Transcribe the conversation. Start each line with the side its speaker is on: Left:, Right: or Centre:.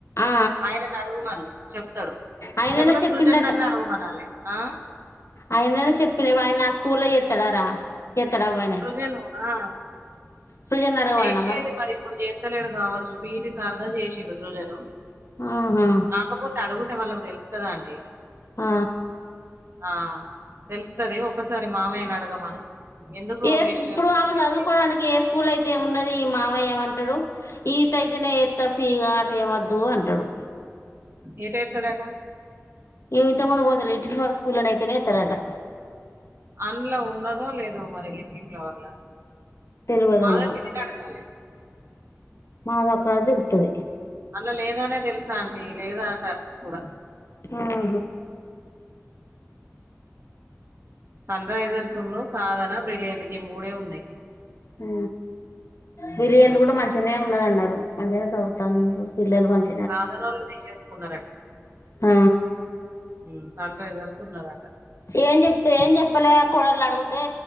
Left: ఆ
Right: ఆయనని అడుగుమను చెప్తాడు
Left: ఆయననే
Right: లేకపోతే
Left: చెప్పిండట
Right: సృజన్న్ని అడుగుమనాలే ఆ
Left: ఆయననే చెప్పిన ఆయన ఆ స్కూల్లా చేత్తడారా చేత్తడా అవ్వాయన
Right: సృజను ఆ
Left: సృజన్ ని అడగమననా
Right: చేసేది మరి ఇప్పుడు చేత్తలేడు కావచ్చు పీటి సారుగా చేసిండు సృజను
Left: ఆహా
Right: కాకపోతే అడుగుతే వాళ్ళకు తెలుత్తది అంటి
Left: ఆ
Right: ఆ తెలుస్తది ఒకసారి మామయ్యని అడగమను ఎందుకు
Left: ఏ
Right: వేస్ట్
Left: సు ఇప్పుడు
Right: గా టైం
Left: ఆమె
Right: వేస్ట్
Left: చదువుకోవడానికి
Right: చేసి
Left: ఏ స్కూల్ అయితే ఏమిన్నది ఈ మామయ్య ఏమంటాడు ఈటైతేనే ఎత్త ఫ్రీగా ఆటు ఏమద్దు అంటాడు
Right: ఏటు ఎత్తడాటా
Left: ఈమె ఇంతకుముందు పోతే లిటిల్ ఫ్లవర్స్ ఆ స్కూల్లోనే అయితేనే ఏత్తాడాటా
Right: అన్ల ఉన్నదో లేదో మరి లిటిల్ ఫ్లవర్ల
Left: తెలియదు
Right: మాదే
Left: అన్న
Right: పి అడగాలి
Left: మాదక్కడైతే తెలుత్తాది
Right: అన్ల లేదానే తెలుసా ఆంటీ లేదా అట కూడా
Left: ఆహ
Right: సన్ రైజర్స్ ఉన్ను సాధన బ్రిలియంట్ గి మూడే ఉన్నాయి
Left: ఉ
Right: ఉమ్.
Left: బిలియన్లు కూడా మంచిగానే ఉన్నదన్నారు మంచిగానే చదులుతాళ్లు పిల్లలు మంచి
Right: సాధనోళ్ళు తీసేసుకున్నారట
Left: ఆ
Right: ఉమ్ సన్ రైజర్స్ ఉన్నారట
Left: ఏం చెప్తే ఏం చెప్పలే కోడలని అడుగితే